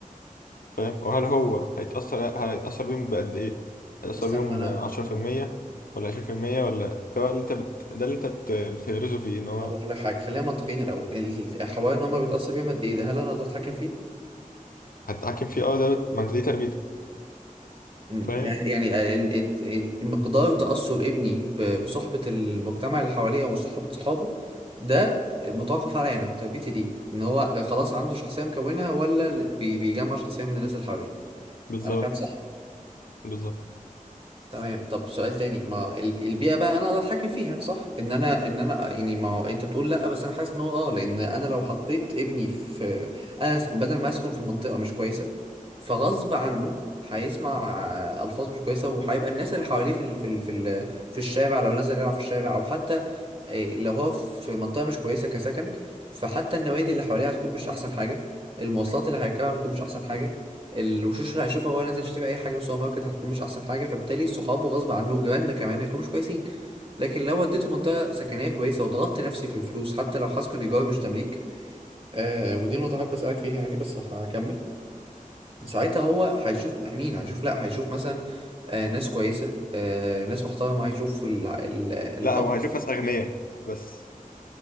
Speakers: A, on the left; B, on the right.
A: فاهم وهل هو هيتاثر هيتاثر بيهم بقد ايه هيتاثر
B: بس
A: بيهم
B: انا ما انا
A: 10%
B: مم.
A: ولا 20% ولا ده بقى اللي انت بت... ده اللي انت بت... بتغرزه فيه ان هو
B: طب اقول لك حاجة خلينا منطقيين الاول الحوالي ان هم بيتأثر بيهم قد ايه ده هل انا اقدر اتحكم فيه
A: هتتحكم فيه اه ده بت... ما انت دي تربيتك
B: مم.
A: فاهم
B: يعني يعني آه، ال- ال- مقدار تأثر ابني ب- بصحبة المجتمع اللي حواليه أو صحبة صحابه ده متوقف عليا أنا وتربيتي دي إن هو خلاص عنده شخصية مكونها ولا بي- بيجمع شخصية من الناس اللي حواليه
A: بالظبط
B: أنا فاهم صح؟
A: بالظبط
B: تمام طب سؤال تاني ما الب- البيئة بقى انا اقدر اتحكم فيها صح ان انا ان انا يعني ما هو انت بتقول لا بس انا حاسس ان هو اه لان انا لو حطيت ابني في انا س- بدل ما اسكن في منطقة مش كويسة فغصب عنه هيسمع آه، الفاظ مش كويسة وهيبقى الناس اللي حواليه في ال في ال في ال في الشارع لو نزل يلعب في الشارع او حتى آه، لو هو في منطقة مش كويسة كسكن فحتى النوادي اللي حواليه هتكون مش احسن حاجة المواصلات اللي هيركبها هتكون مش احسن حاجة الوشوش اللي هيشوفها وهو نازل يشتري اي حاجه من السوبر ماركت هتكون مش احسن حاجه فبالتالي صحابه غصب عنه وجيراننا كمان هيكونوا مش كويسين لكن لو وديته منطقه سكنيه كويسه وضغطت نفسي في الفلوس حتى لو هسكن ايجار مش تمليك آه ودي نقطه احب اسالك فيها يعني بس هكمل ساعتها هو هيشوف مين هيشوف لا هيشوف مثلا آه ناس كويسه آه ناس محترمه هيشوف ال ال الاب
A: لا هو هيشوف ناس اغنياء بس